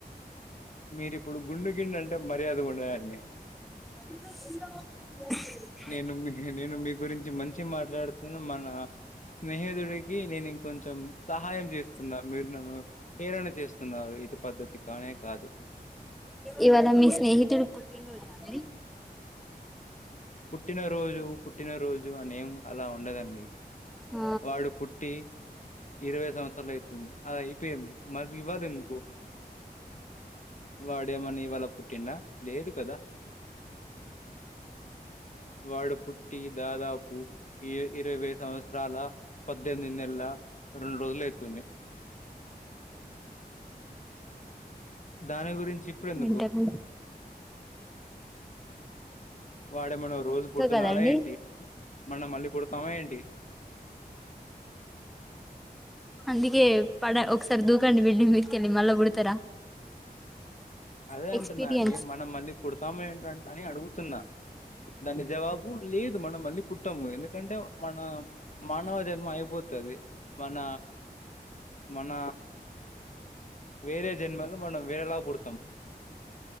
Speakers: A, on the left (about 50°); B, in the centre.
A: మీరిప్పుడు గుండు గిండు అంటే మర్యాదగ ఉండదండి
B: ఎ <inaudible> ఓ <inaudible>
A: నేను మీ నేను మీ గురించి మంచిగ మాట్లాడుతున్న మన స్నేహితుడికి నేను ఇంకొంచెం సహాయం చేస్తున్న మీరు నన్ను హేలన చేస్తున్నారు ఇది పద్ధతి కానే కాదు
B: ఇవాళ మీ స్నేహితుడు పుట్టినరోజ అండి
A: పుట్టిన రోజు పుట్టిన రోజు అనిం అలా ఉండదండి
B: ఆ
A: వాడు పుట్టి ఇరవై సంవత్సరాలు అయితే ది అది అయిపోయింది మరి ఇవ్వాల ఎందుకు వాడేమన ఇవాళ పుట్టిండ లేదు కదా వాడు పుట్టి దాదాపు ఇరవై సంవత్సరం రాల పద్దెనిమిది నెల్ల రెండు రోజులు అయితుంది దాని గురించి ఇప్పుడెందుకు?
B: ఏంటి అది
A: వాడేమన రోజు పుడుతున్నాడ
B: కదండి
A: ఏంటి మనం మళ్ళీ పుడతామ ఏంటి
B: అందుకే పడ ఒకసారి దూకండి మిడ్డీ మిట్కెలి మళ్ళ పుడతారా
A: అదే
B: ఎక్స్పీరియన్స్
A: అంటునా అండి మనం మళ్ళీ పుడతామ ఏంటంట అని అడుగుతున్నా దాని జవాబు లేదు మనం మళ్ళీ పుట్టము ఎందుకంటే మన మానవ జన్మ అయిపోతది మన మన వేరే జన్మలో మనం వేరేలాగా పుడతాం